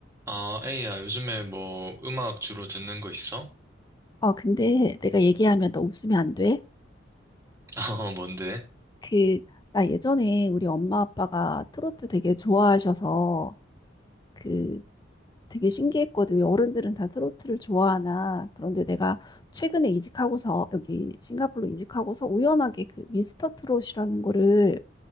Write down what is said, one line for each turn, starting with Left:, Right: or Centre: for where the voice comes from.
Right: 아, 에이야, 요즘에 뭐 음악 주로 듣는 거 있어?
Left: 아, 근데 내가 얘기하면 너 웃으면 안 돼?
Right: <laughs> 어, 뭔데?
Left: 그, 나 예전에 우리 엄마 아빠가 트로트 되게 좋아하셔서 그 되게 신기했거든. 왜 어른들은 다 트로트를 좋아하나. 그런데 내가 최근에 이직하고서 여기 싱가포르로 이직하고서 우연하게 그 미스터 트롯이라는 거를